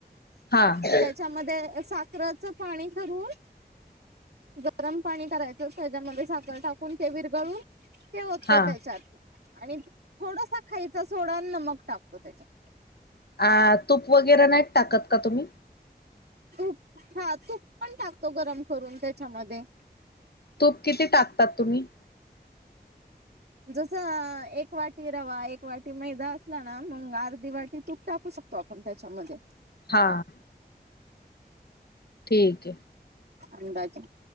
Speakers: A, on the left; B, on the right.
A: हा
B: आणि त्याच्यामध्ये साखराचं पाणी करून गरम पाणी करायचं, त्याच्यामध्ये साखर टाकून ते विरगळून ते ओततो
A: हा
B: त्याच्यात आणि थोडुसा खायचा सोडा अन नमक. टाकतो त्याच्यात.
A: अ... तूप वगैरा नाहीत टाकत का तुम्ही?
B: तूप हा तूप पण टाकतो, गरम करून त्याच्यामध्ये.
A: तूप किती टाकतात तुम्ही?
B: जसं एक वाटी रवा, एक वाटी मैदा असला ना, मग अर्धी वाटी तुप टाक कु शकतो आपण त्याच्यामध्ये.
A: हा. ठीके.
B: अंदाजे.